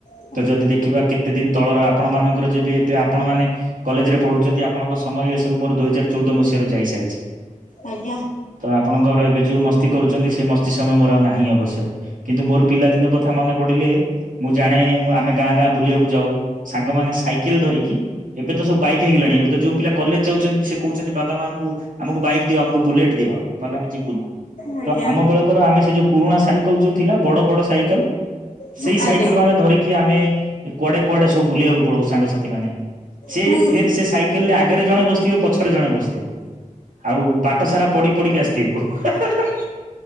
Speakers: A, on the left; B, on the right.
A: ଆଜ୍ଞା
B: ଯଦି ଦେଖିବା କେତେ ଦିନ ତଳର ଆପଣ ମାନଙ୍କର ଯେବେ ଏବେ ଆପଣମାନେ କଲେଜ ରେ ପଢୁଛନ୍ତି ଆପଣଙ୍କ ସମୟ ଏ ସବୁ ମୋର ଦୋ ହାର ଚଉଦ ମସିହାରୁ ଯାଇ ସାରିଛି
A: ଆଜ୍ଞା
B: ତ ଆପଣଙ୍କର ଏବେ ଯୋଉ ମସ୍ତି କରୁ ଛନ୍ତି ସେ ମସ୍ତି ସମୟ ମୋର ଆଉ ନାହିଁ ଅବଶ୍ୟ କିନ୍ତୁ ମୋର ପିଲା ଦିନ କଥା ମନେ ପଡିଲେ ମୁଁ ଜାଣେ ମୁଁ ଆମେ ଗାଁ ଗାଁ ବୁଲିବାକୁ ଯାଉ ସାଙ୍ଗମାନେ ସାଇକେଲ ଧରିକି ଏବେ ତ ସବୁ ବାଇକ୍ ହେଇଗଲାଣି ଏବେ ତ ଯୋଉ ପିଲା କଲେଜ ଯାଉଛନ୍ତି ସେ କହୁଛନ୍ତି ବାବା ମାଙ୍କୁ ଆମକୁ ବାଇକ ଦିଅ ଆମକୁ ବୁଲେଟ୍ ଦିଅ ନହେଲେ ଆମେ ଯିବୁନୁ।
A: ଆଜ୍ଞା।
B: ତ
A: ଆଜ୍ଞା।
B: ଆମ ବେଳକର ଆମେ ସେ ଯୋଉ ପୁରୁଣା ସାଇକେଲ ଯୋଉ ଥିଲା ବଡ ବଡ ସାଇକେଲ।
A: ହୁଁ
B: ସେଇ ସାଇକେଲ
A: ଆଜ୍ଞା
B: ମାନେ ଧରିକି ଆମେ କୁଆଡେ କୁଆଡେ ସବୁ ବୁଲିବାକୁ ପଳଉ। ସାଙ୍ଗସାଥି ମାନେ ସେ
A: ହୁଁ।
B: ଫେର ସେ ସାଇକେଲରେ ଆଗ ଆଗରେ ଜଣେ ବସିଥିବେ ପଛରେ ଜଣ ବସ ଆଉ ବା ବାଟସାରା ପଡି ପଡିକି ଆସିଥିବୁ ହେ ହେ ହେ।